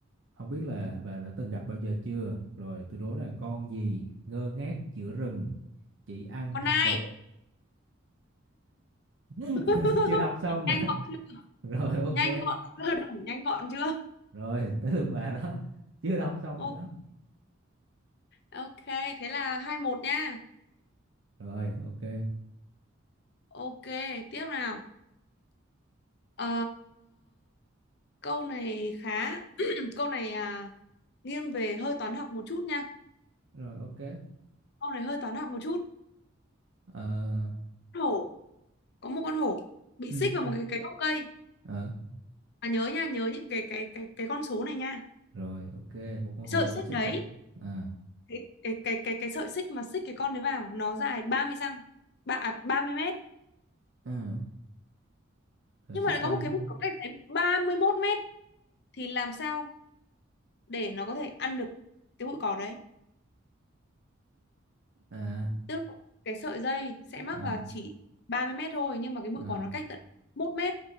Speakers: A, on the right; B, on the left.
A: Không biết là bà đã từng gặp bao giờ chưa? Rồi tôi đố là con gì ngơ ngác giữa rừng, chỉ ăn
B: Con
A: thực
B: ai?
A: vật. <laughs>
B: <laughs>
A: Chưa đọc xong nữa.
B: Nhanh gọn
A: <laughs>
B: chưa?
A: Rồi ok.
B: Nhanh gọn chưa? Đủ nhanh gọn chưa?
A: Rồi tới lượt bà đó. Chưa đọc xong
B: Ok,
A: nữa.
B: ok, thế là hai một nha.
A: Rồi ok.
B: Ok, tiếp nào. Ờ, câu này khá <clears throat> câu này à, nghiêng về hơi toán học một chút nha.
A: Rồi ok.
B: Câu này hơi toán học một chút.
A: Ờ
B: Hổ, có một con hổ bị
A: ừ
B: xích vào một cái cái gốc cây.
A: ờ
B: Mà nhớ nha, nhớ những cái cái cái cái con số này nha.
A: rồi ok, một con
B: Sợi
A: hổ bị
B: xích
A: xích
B: đấy,
A: rồi. À
B: cái cái cái cái, cái sợi xích mà xích cái con đấy vào nó dài 30 răng. Ba à, ba mươi mét
A: ừ, rồi
B: nhưng
A: xích
B: mà lại
A: bao
B: có một
A: nhiêu?
B: cái bụi cỏ cách đấy 31 mét thì làm sao để nó có thể ăn được cái bụi cỏ đấy
A: À
B: tức là cái sợi dây sẽ mắc
A: à
B: vào chỉ 30 mét thôi nhưng mà cái bụi
A: à
B: cỏ nó cách tận một mét